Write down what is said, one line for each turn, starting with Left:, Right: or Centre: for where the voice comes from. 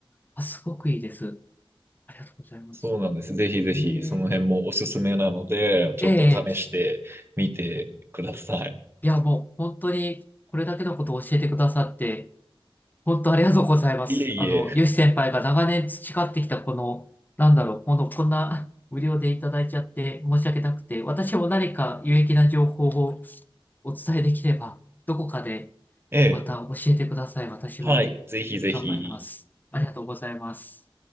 Left: あ、すごくいいです。ありがとうございます。
Right: そうなんです。ぜひぜひ、
Left: ええ
Right: その辺もおすすめなので、ちょっと試してみてください。
Left: ええいや、もう本当にこれだけのことを教えてくださって、本当ありがとうございます。
Right: いえいえ。
Left: あの、ヨシ先輩が長年培ってきたこの、なんだろう、この、こんな無料でいただいちゃって申し訳なくて、私も何か有益な情報をお伝えできれば、どこかで
Right: ええ。
Left: また教えてください。私も
Right: はい、ぜひぜひ。
Left: 頑張ります。ありがとうございます。